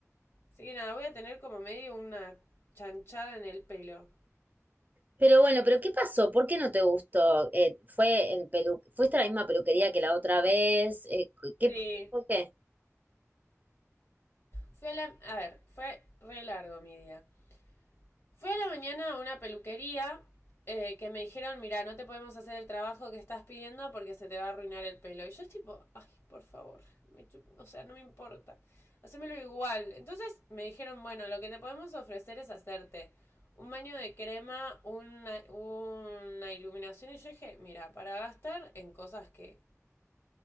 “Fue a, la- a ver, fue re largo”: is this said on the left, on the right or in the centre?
Left